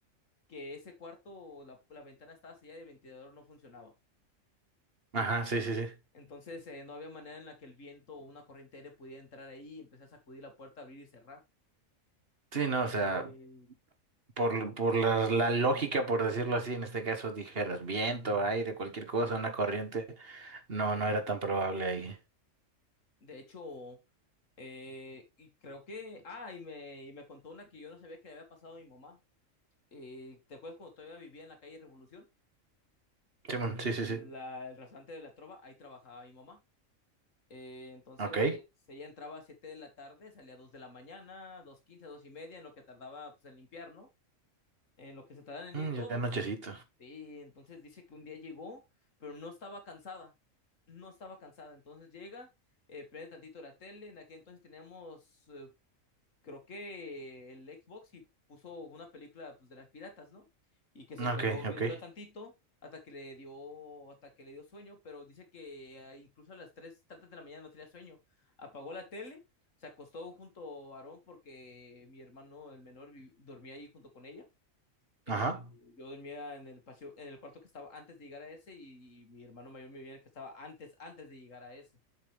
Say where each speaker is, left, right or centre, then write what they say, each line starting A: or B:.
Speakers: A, on the left; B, on the right.
A: que ese cuarto, la, la ventana estaba sellada y el ventilador no funcionaba.
B: Ajá, sí, sí, sí.
A: Entonces, eh, no había manera en la que el viento o una corriente aérea pudiera entrar ahí y empezar a sacudir la puerta, abrir y cerrar.
B: Sí, no,
A: Eh,
B: o sea... Por, por la, la lógica, por decirlo así, en este caso dijeras viento, aire, cualquier cosa, una corriente. No, no era tan probable ahí.
A: de hecho, eh, y creo que, ah, y me, y me contó una que yo no sabía que le había pasado a mi mamá. Eh, ¿te acuerdas cuando todavía vivía en la calle Revolución?
B: Simón, sí, sí,
A: La,
B: sí.
A: el restaurante de la Trova, ahí trabajaba mi mamá. Eh, entonces,
B: Ok.
A: ella entraba a 7 de la tarde, salía a 2 de la mañana, 2.15, 2 y media, en lo que tardaba pues, en limpiar, ¿no? en lo que se tardan en
B: Mm,
A: ir todos.
B: ya nochecito.
A: Sí, entonces dice que un día llegó, pero no estaba cansada, no estaba cansada. Entonces llega, eh, prende tantito la tele, en aquel entonces teníamos, eh, creo que el Xbox y puso una película pues, de las piratas, ¿no? Y que se
B: Ok,
A: quedó viéndola
B: ok.
A: tantito hasta que le dio, hasta que le dio sueño, pero dice que eh, incluso a las tres tantas de la mañana no tenía sueño. Apagó la tele, se acostó junto a Aarón porque mi hermano, el menor, vi- dormía ahí junto con ella. Eh,
B: Ajá.
A: yo dormía en el paseo, en el cuarto que estaba antes de llegar a ese y, mi hermano mayor vivía en el que estaba antes, antes de llegar a ese.